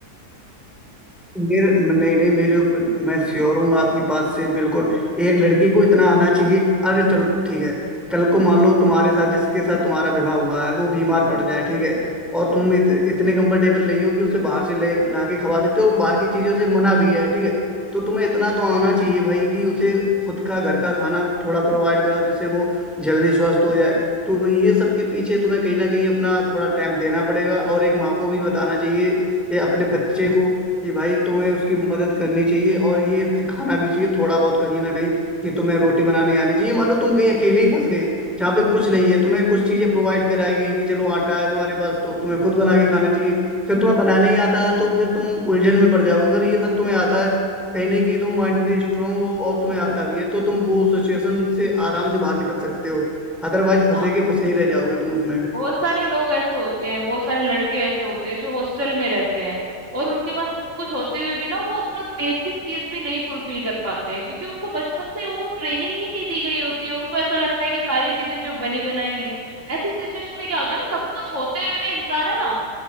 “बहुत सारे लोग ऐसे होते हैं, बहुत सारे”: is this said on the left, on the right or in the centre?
Right